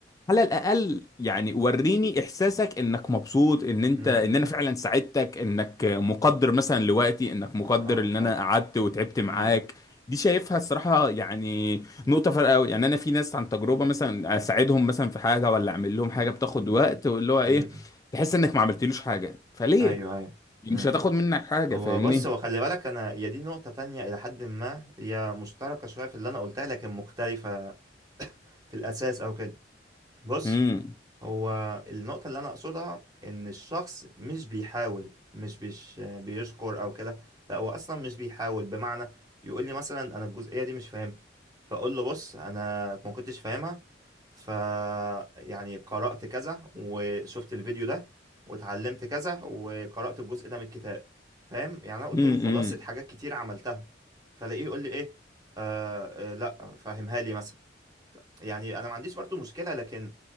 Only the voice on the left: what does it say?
على الاقل يعني وريني احساسك انك مبسوط ان انت
ان انا فعلا ساعدتك انك مقدر مثلا لوقتي انك مقدر
ان
انا قعدت وتعبت معاك
دي شايفها الصراحة يعني
نقطة فارقة أوي يعني أنا في ناس عن تجربة مثلا أساعدهم مثلا في حاجة ولا أعمل لهم حاجة بتاخد وقت واللي هو إيه
تحس إنك ما عملتلوش حاجة فليه؟
مش
هتاخد منك حاجة
فاهمني؟
امم
امم
إمم.